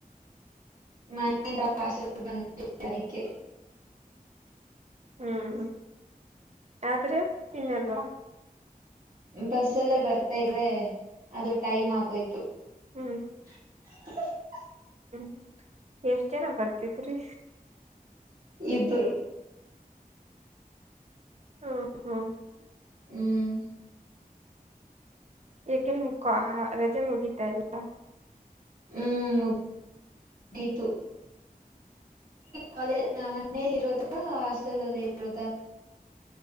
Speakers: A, on the right; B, on the right.
A: ಮನೆಯಿಂದ ಹಾಸ <unintelligible> ಬಯಾರಕೆ <unintelligible> ಅದಕ್ಕೆ
B: ಹ್ಮ್ ಆದ್ರೆ ತಿನ್ನಲ್ವಾ
A: ಬಸ್ಸಲ್ಲೇ ಬರ್ತಾ ಇದೆ ಅದು ಟೈಮ್ ಆಗೋಯ್ತು.
B: ಹ್ಮ್
A: <inaudible>
B: ಹ್ಮ್ ಎಷ್ಟ್ ಜನ ಬರ್ತಿದ್ರಿ
A: ಇಬ್ಬರು
B: ಹ ಹೋ
A: ಹ್ಮ್
B: ಏಕೆ ಮುಖೋ ರಜೆ ಮುಗಿತಾ ಎಲ್ಲ.
A: ಹ್ಮ್ ಮುಗಿತು ಕಾಲೇಜ್ ಮನಲಿ ಇರೋದ ಹಾಸ್ಟೆಲ್ ಅಲ್ಲಿ ಇರೋದಾ